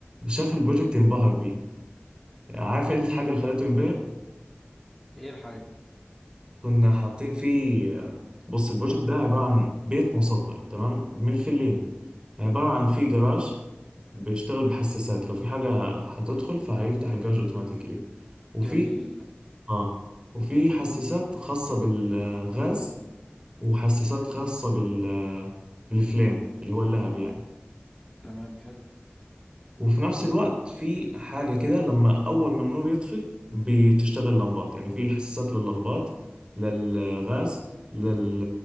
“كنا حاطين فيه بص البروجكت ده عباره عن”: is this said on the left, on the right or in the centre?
Right